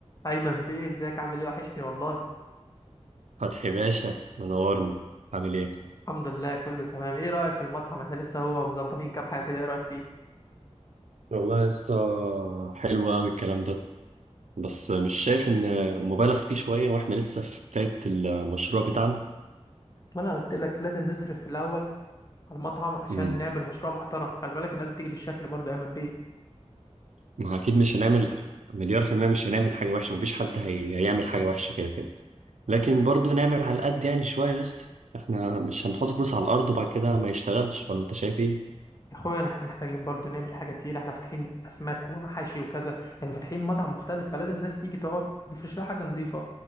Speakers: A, on the left; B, on the right.
A: ايمن بيه ازيك عامل ايه وحشني والله
B: فتحي باشا منورني عامل ايه
A: الحمد لله كله تمام ايه رايك في المطعم احنا لسه هو مظبطين كام حاجه كده ايه رايك فيه
B: والله لسه حلو قوي الكلام ده بس مش شايف ان مبالغ فيه شوية واحنا لسه في بداية المشروع بتاعنا
A: ما انا قلت لك لازم نصرف في الاول على المطعم عشان
B: امم
A: نعمل مشروع محترم خلي بالك الناس بتيجي للشكل برضو يا ايمن بيه
B: ما هو اكيد مش هنعمل مليار في المية مش هنعمل حاجة وحشة مفيش حد هي... هيعمل حاجة وحشة كده كده لكن برضه نعمل على قد يعني شوية لسه احنا مش هنحط فلوس على الأرض وبعد كده ما يشتغلش ولا انت شايف ايه؟
A: يا اخويا احنا محتاجين برضو نعمل حاجه تقيله احنا فاتحين اسماك ومحاشي وكذا يعني فاتحين مطعم مختلف فلازم الناس تيجي تقعد نفرش لها حاجه نظيفه